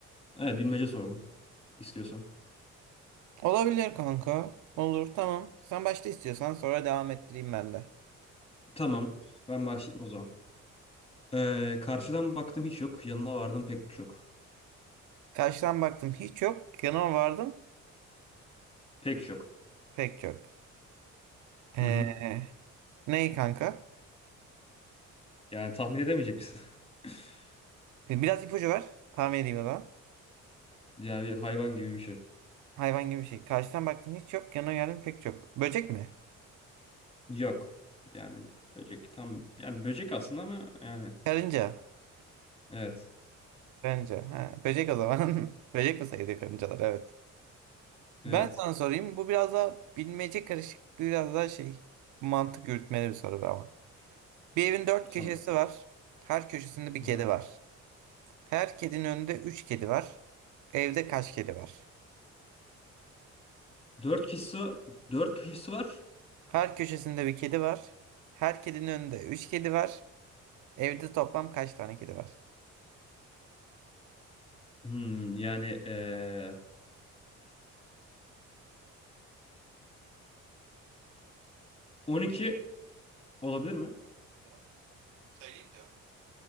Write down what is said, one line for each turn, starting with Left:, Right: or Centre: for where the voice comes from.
Left: Evet bilmece soralım istiyorsan.
Right: Olabilir kanka. Olur tamam. Sen başta istiyorsan sonra devam ettireyim ben de.
Left: Tamam ben başlayayım o zaman. Ee, karşıdan baktım hiç yok. Yanına vardım pek çok.
Right: Karşıdan baktım hiç yok. Yanıma vardım
Left: Pek çok.
Right: pek çok. Ee,
Left: Hı hı.
Right: Neyi kanka?
Left: Yani tahmin edemeyecek misin? <laughs>
Right: E, Biraz ipucu ver. Tahmin edeyim o zaman.
Left: Yani bir hayvan gibi bir şey.
Right: Hayvan gibi bir şey. Karşıdan baktım hiç yok. Yanıma geldim pek çok. Böcek mi?
Left: Yok. Yani böcek tam yani böcek aslında ama yani
Right: Karınca.
Left: evet.
Right: Karınca. Ha, böcek o zaman. <laughs> Böcek mi sayılıyor karıncalar? Evet.
Left: Evet.
Right: Ben sana sorayım. Bu biraz daha bilmece karışık, biraz daha şey mantık yürütmeli bir soru bu ama. Bir evin dört
Left: Tamam.
Right: köşesi var. Her köşesinde bir
Left: Hı
Right: kedi
Left: hı.
Right: var. Her kedinin önünde üç kedi var. Evde kaç kedi var?
Left: Dört kişisi dört kişisi var.
Right: Her köşesinde bir kedi var. Her kedinin önünde üç kedi var. Evde toplam kaç tane kedi var?
Left: Hmm, yani ee, 12 olabilir
Right: Yok
Left: mi?
Right: yok. Söyleyeyim cevabı.